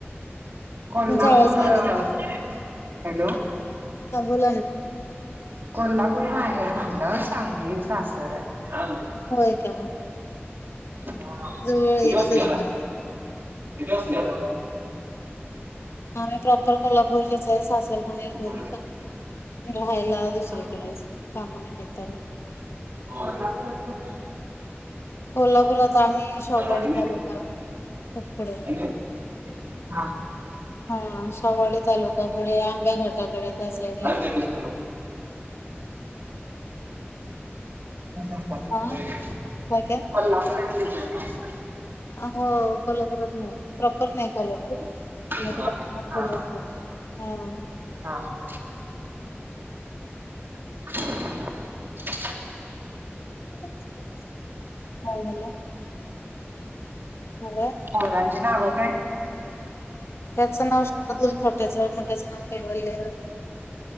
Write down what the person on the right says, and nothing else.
कोल्हापूर
अं,
हॅलो
कोल्हापूर माहेर म्हणलं, सांगली सासर हाय.
हा.
किती वाजतीला
आला,
किती वाजतीला आला?
बर बर.
होय.
कोल्हापुरात कुठं?
आहे
ना.
आहे ना. हा.
काय
करतीस तु? <unintelligible> ट्राफिक
ट्रेन हे.
कोल्हापुरातलेच हेत पाचगाव.
हा हा
हा, हां. <inaudible>
आरवांची नावं काय?